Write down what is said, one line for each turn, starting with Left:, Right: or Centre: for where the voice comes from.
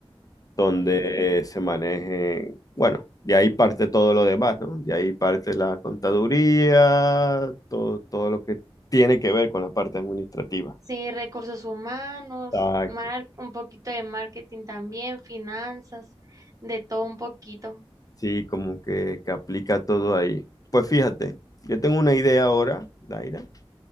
Left: donde
Right: Sí,
Left: eh, se maneje, bueno, de ahí parte todo lo demás, ¿no? De ahí parte la contaduría, todo, todo lo que tiene que ver con la parte administrativa.
Right: Sí, recursos humanos,
Left: Exacto.
Right: mar, un poquito de marketing también, finanzas, de todo un poquito.
Left: Sí, como que, que aplica todo ahí. Pues fíjate, yo tengo una idea ahora, Daira,